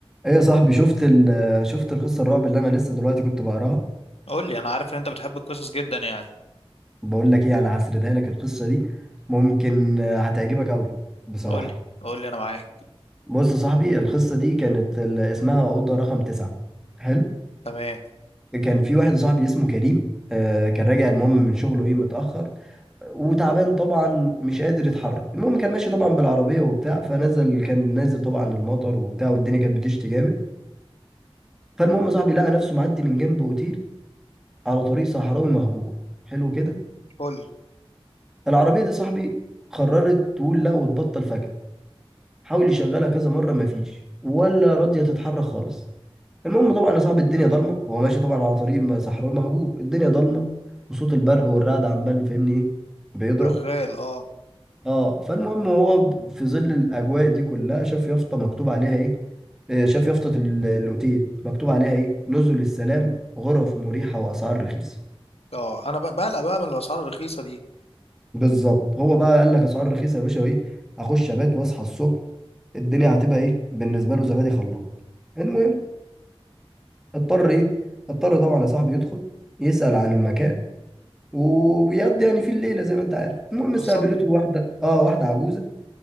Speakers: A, in the centre; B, on the left (about 80°).
A: ايه يا صاحبي شفت ال شفت القصه الرعب اللي انا لسه دلوقتي كنت بقراها
B: قول لي انا عارف ان انت بتحب القصص جدا يعني
A: بقول لك ايه انا هسردها لك القصه دي ممكن آه، هتعجبك قوي بصراحه
B: قول لي قول لي انا معاك
A: بص يا صاحبي القصه دي كانت ال- اسمها اوضه رقم تسعة حلو
B: تمام
A: كان في واحد صاحبي اسمه كريم آه كان راجع المهم من شغله ايه متاخر وتعبان طبعا مش قادر يتحرك المهم كان ماشي طبعا بالعربيه وبتاع فنزل كان نازل طبعا المطر وبتاع والدنيا كانت بتشتي جامد فالمهم صاحبي لقى نفسه معدي من جنب اوتيل على طريق صحراوي مهجور حلو كده
B: فل
A: العربية دي صاحبي قررت تقول لا وتبطل فجأة حاول يشغلها كذا مرة مفيش ولا راضية تتحرك خالص المهم طبعا يا صاحبي الدنيا ضلمة هو ماشي طبعا على طريق ما- صحراوي مهجور الدنيا ضلمة وصوت البرق والرعد عمال فاهمني ايه بيضرب
B: شغال اه
A: اه فالمهم هو ب- في ظل الأجواء دي كلها شاف يافطة مكتوب عليها ايه آه، شاف يافطة ال- الأوتيل مكتوب عليها ايه نزل السلام غرف مريحة وأسعار رخيصة
B: اه انا ب- بقلق بقى من الاسعار الرخيصه دي
A: بالظبط هو بقى قال لك أسعار رخيصة يا باشا وايه أخش أبات وأصحى الصبح الدنيا هتبقى ايه بالنسبه له زبادي خلاص المهم اضطر ايه اضطر طبعا يا صاحبي يدخل يسال عن المكان و- ويقضي يعني في الليله زي ما انت عارف المهم
B: بالظبط
A: استقبلته واحده اه واحده عجوزه